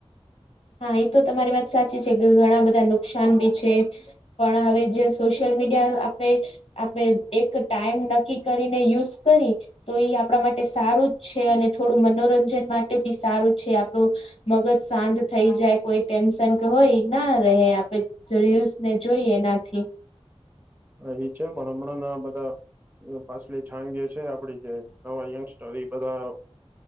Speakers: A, on the left; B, on the right.
A: હા એ તો તમારી વાત સાચી છે કે ઘણા બધા નુકસાન બી છે. પણ હવે જે સોશિયલ મીડિયા આપણે આપણે એક ટાઈમ નક્કી કરીને યુઝ કરી તો એ આપડા માટે સારું જ છે અને થોડું મનોરંજન માટે બી સારું છે આપણું મગજ શાંત થઈ જાય કોઈ ટેન્શન કે હોય ના રહે આપે રીલ્સ ને જોઈએ એનાથી
B: હ એ છે પણ હમણાં ના બધા. પાછલી છાંગ જે છે આપડી જે નવા યંગસ્ટર એ બધા